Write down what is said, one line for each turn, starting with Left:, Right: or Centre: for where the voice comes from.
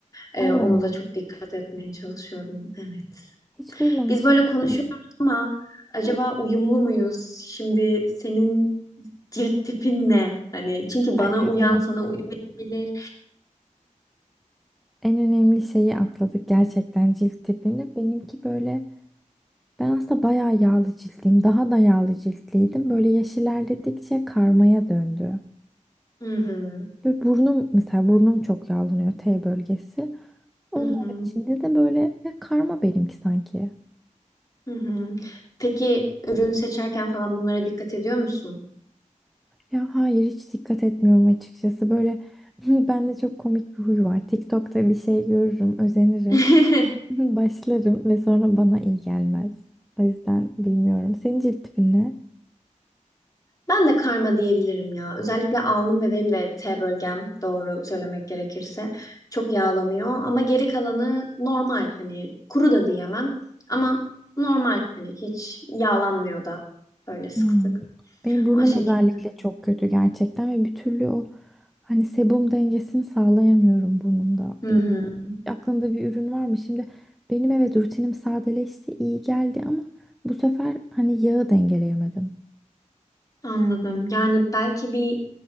Left: Ee,
Centre: Allah
Left: ona
Centre: Allah.
Left: da çok dikkat etmeye çalışıyorum. Evet.
Centre: Hiç duymamıştım.
Left: Biz böyle konuşuyoruz
Centre: Şey,
Left: ama acaba
Centre: Hı.
Left: uyumlu muyuz? Şimdi senin cilt tipin ne? Hani çünkü
Centre: Ay,
Left: bana
Centre: Evet.
Left: uyan sana uymayabilir.
Centre: En önemli şeyi atladık gerçekten cilt tipini. Benimki böyle ben aslında bayağı yağlı ciltliyim. Daha da yağlı ciltliydim. Böyle yaş ilerledikçe karmaya döndü.
Left: Hı hı,
Centre: Ve burnum mesela burnum çok yağlanıyor T bölgesi. Onun
Left: hı hı,
Centre: içinde de böyle ya karma benimki sanki.
Left: hı hı. Peki ürün seçerken falan bunlara dikkat ediyor musun?
Centre: Ya hayır hiç dikkat etmiyorum açıkçası. Böyle <laughs> bende çok komik bir huy var. TikTok'ta bir şey görürüm, özenirim.
Left: <laughs>
Centre: <laughs> Başlarım ve sonra bana iyi gelmez. O yüzden bilmiyorum. Senin cilt tipin ne?
Left: Ben de karma diyebilirim ya. Özellikle alnım ve benim de T bölgem doğru söylemek gerekirse çok yağlanıyor ama geri kalanı normal hani kuru da diyemem ama normal hani hiç yağlanmıyor da öyle sık
Centre: Hmm.
Left: sık.
Centre: Benim burnum
Left: O şekilde.
Centre: özellikle çok kötü gerçekten ve bir türlü o hani sebum dengesini sağlayamıyorum burnumda.
Left: Hı
Centre: Bil-
Left: hı,
Centre: aklında bir ürün var mı? Şimdi benim evet rutinim sadeleşti, iyi geldi ama bu sefer hani yağı dengeleyemedim.
Left: anladım. Yani belki bir